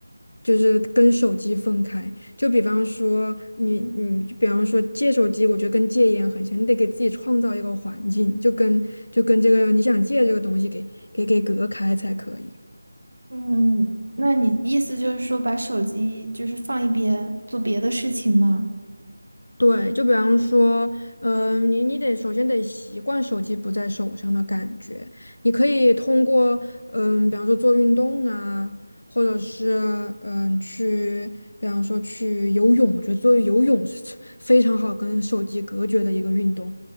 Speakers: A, on the left; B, on the right.
A: 就是跟手机分开。就比方说你你，比方说戒手机，我觉得跟戒烟很像，你得给自己创造一个环境，就跟就跟这个你想戒这个东西给给给隔开才可以。
B: 嗯，那你意思就是说，把手机就是放一边，做别的事情吗？
A: 对，就比方说，嗯、你你得首先得习惯手机不在手上的感觉。你可以通过，嗯、比方说做运动啊，或者是嗯、去，比方说去游泳。我觉得做游泳是 <laughs> 非常好跟手机隔绝的一个运动。